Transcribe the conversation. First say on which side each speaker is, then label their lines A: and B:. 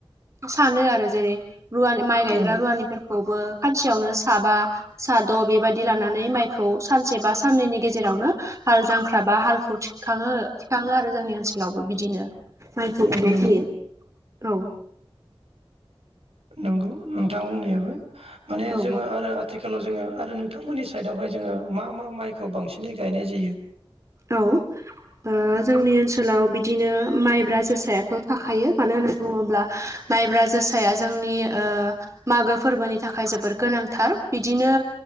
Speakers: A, on the right (about 30°); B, on the right (about 80°).
A: सानो आरो जेरै रुवानि माइ
B: औ
A: गायग्रा
B: औ
A: रुवानिफोरखौबो खानसेयावनो साबा साद' बेबायदि लानानै माइखौ सानसे बा साननैनि गेजेरावनो हाल जांख्रा बा हाल खौ थिखाङो थिखाङो आरो जोंनि ओनसोलावबो बिदिनो माइखौ
B: औ
A: गायनाय
B: नंगौ
A: जायो। औ
B: नंगौ नोंथां बुंनायाबो माने
A: औ
B: जोङो आरो आथिखालाव जोङो आरो नोंथांमोननि साइडआवहाय जोङो मा मा माइखौ बांसिनै गायनाय जायो
A: औ ओ जोंनि ओनसोलाव बिदिनो माइब्रा जोसायाथ' थाखायो मानो होनो बुङोब्ला माइब्रा जौसाया जोंनि ओ मागो फोरबोनि थाखाय जोबोर गोनांथार बिदिनो